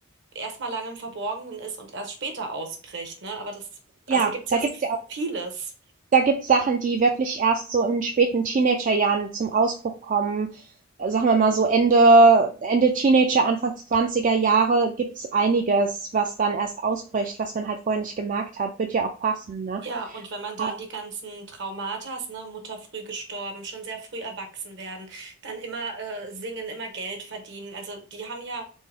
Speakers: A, on the right; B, on the right.
A: erstmal lange im Verborgenen ist und erst später ausbricht, ne? Aber das, also
B: Ja,
A: gibt's
B: da
A: ja
B: gibt's
A: so
B: ja auch
A: vieles.
B: da gibt's Sachen, die wirklich erst so in späten Teenagerjahren zum Ausbruch kommen. Äh, sagen wir mal so Ende Ende Teenager, Anfang 20er Jahre gibt's einiges, was dann erst ausbricht, was man halt vorher nicht gemerkt hat. Wird ja auch passen, ne?
A: Ja, und wenn man dann
B: Ah,
A: die ganzen Traumatas, ne, Mutter früh gestorben, schon sehr früh erwachsen werden, dann immer äh, singen, immer Geld verdienen. Also die haben ja